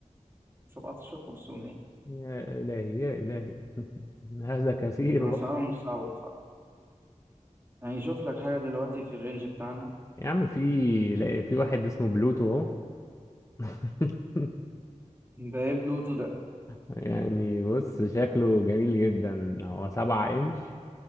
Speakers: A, on the right; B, on the left.
A: 17 500
B: يا الهي يا الهي <laughs> هذا كثير
A: انا اسعارهم صعبه بصراحه يعني شوف لك حاجه دلوقتي في الرينج بتاعنا
B: يا عم في لا- في واحد اسمه بلوتو اهو <laughs>
A: ده ايه بلوتو ده
B: يعني بص شكله جميل جدا هو سبعة انش